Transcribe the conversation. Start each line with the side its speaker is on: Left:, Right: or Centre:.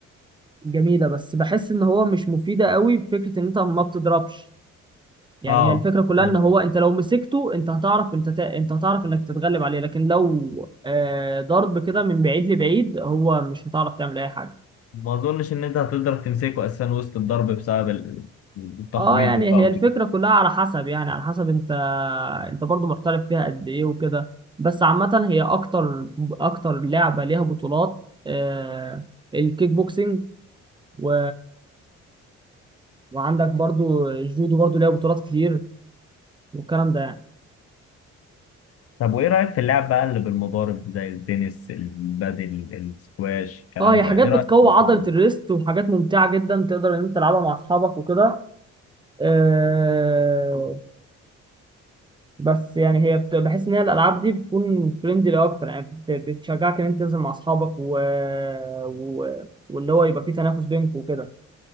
Right: جميلة بس بحس ان هو مش مفيدة قوي بفكرة ان انت ما بتضربش يعني
Left: اه
Right: هي الفكرة كلها
Left: ايوه
Right: ان هو انت لو مسكته انت هتعرف انت تا... انت هتعرف انك تتغلب عليه لكن لو آه ضرب كده من بعيد لبعيد هو مش هتعرف تعمل اي حاجة
Left: ما اظنش ان انت هتقدر تمسكه اساسا وسط الضرب بسبب ال- التخبيط
Right: اه يعني هي
Left: بقى وكده
Right: الفكرة كلها على حسب يعني على حسب انت انت برضو محترف فيها قد ايه وكده بس عامة هي اكتر اكتر لعبة ليها بطولات آه الكيك بوكسينج و وعندك برضو الجودو برضو ليها بطولات كتير والكلام ده يعني
Left: طب وايه رايك في اللعب بقى اللي بالمضارب زي التنس البادل السكواش الكلام
Right: اه هي حاجات
Left: ده ايه
Right: بتقوي
Left: رايك في اللعب
Right: عضلة الريست وحاجات ممتعة جدا تقدر ان انت تلعبها مع اصحابك وكده آه بس يعني هي بت- بحس ان هي الالعاب دي بتكون فريندلي اكتر يعني بت- بتشجعك ان انت تنزل مع اصحابك و... و... واللي هو يبقى فيه تنافس بينكم وكده